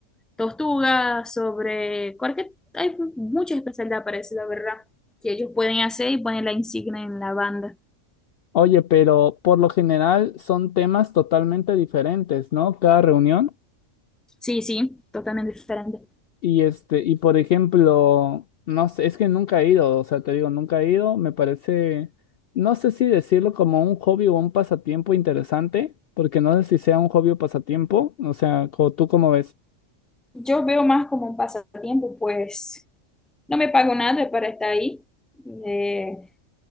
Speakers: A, in the centre; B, on the left.
A: tortuga, sobre cualquier... Hay mucha especialidad la ¿verdad? Que ellos pueden hacer y poner la insignia en la banda.
B: Oye, pero por lo general son temas totalmente diferentes, ¿no? Cada reunión.
A: Sí, sí, totalmente diferente.
B: Y este, y por ejemplo, no sé, es que nunca he ido, o sea, te digo, nunca he ido, me parece, no sé si decirlo como un hobby o un pasatiempo interesante, porque no sé si sea un hobby o pasatiempo, o sea, co- ¿tú cómo ves?
A: Yo veo más como un pasatiempo, pues no me pago nada para estar ahí. Eh,